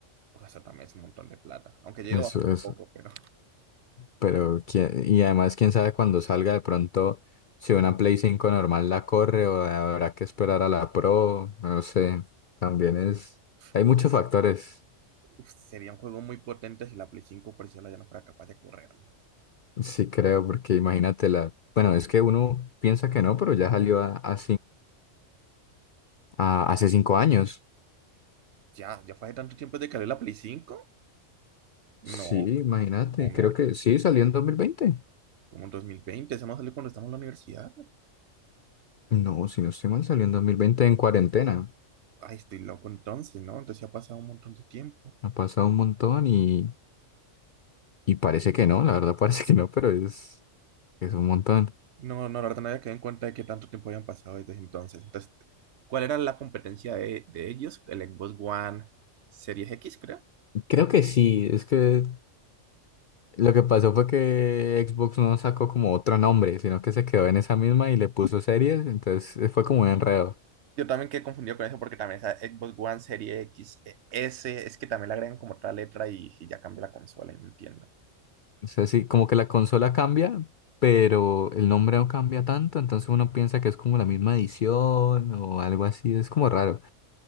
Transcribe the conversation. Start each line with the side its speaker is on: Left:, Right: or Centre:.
Right: Uf, eso también es un montón de plata. Aunque llega
Left: Eso
Right: bajando
Left: es.
Right: un poco, pero
Left: Pero, quién- y además, quién sabe cuando salga de pronto, si una Play cinco normal la corre o habrá que esperar a la Pro, no sé. También es.
Right: <laughs>
Left: Hay muchos
Right: uf,
Left: factores.
Right: uf, sería un juego muy potente si la Play cinco por sí sola ya no fuera capaz de correrlo.
Left: Sí, creo, porque imagínate la. Bueno, es que uno piensa que no, pero ya salió a, a, Ah, hace cinco años.
Right: Ya, ya fue hace tanto tiempo de que salió la Play cinco No,
Left: Sí, imagínate.
Right: no, no.
Left: Creo que sí, salió en 2020.
Right: Como en 2020 se nos salió cuando estamos en la universidad.
Left: No, si no estoy mal, salió en 2020 en cuarentena.
Right: Ay, estoy loco entonces, ¿no? Entonces ya ha pasado un montón de tiempo.
Left: Ha pasado un montón y, y parece que no, la verdad <laughs> parece que no, pero es, es un montón.
Right: No, no, la verdad no había quedado en cuenta de qué tanto tiempo habían pasado desde entonces. Entonces, ¿cuál era la competencia de, de ellos? El Xbox One Series X, creo.
Left: Creo que sí, es que lo que pasó fue que Xbox no sacó como otro nombre, sino que se quedó en esa misma y le puso series, entonces fue como un enredo.
Right: Yo también quedé confundido con eso porque también esa Xbox One Series X, eh, S, es que también le agregan como otra letra y, y ya cambia la consola, y no entiendo.
Left: O sea, sí, como que la consola cambia, pero el nombre no cambia tanto, entonces uno piensa que es como la misma edición o algo así, es como raro.